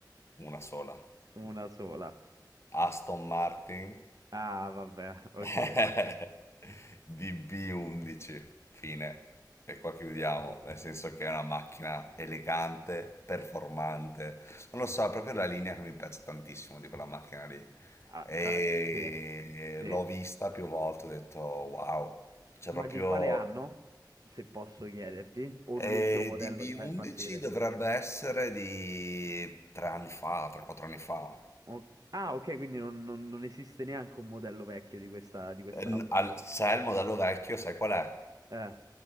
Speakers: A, on the left; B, on the right.
A: una sola.
B: Una sola.
A: Aston Martin
B: Ah, vabbè, ok.
A: <laughs> DB11, fine. E qua chiudiamo, nel senso che è una macchina elegante, performante. Non lo so, è proprio la linea che mi piace tantissimo di quella macchina lì.
B: Ah,
A: E
B: ah, sì, sì.
A: l'ho vista più volte, ho detto wow, cioè
B: Ma
A: proprio
B: di quale anno, se posso chiederti, o l'ultimo
A: E
B: modello
A: DB11
B: ti fa impazzire?
A: dovrebbe essere di tre anni fa, 3-4 anni fa.
B: O- ah, ok, quindi non, non- non esiste neanche un modello vecchio di questa, di quest'auto.
A: E n- al- C'è il modello vecchio, sai qual è?
B: Eh.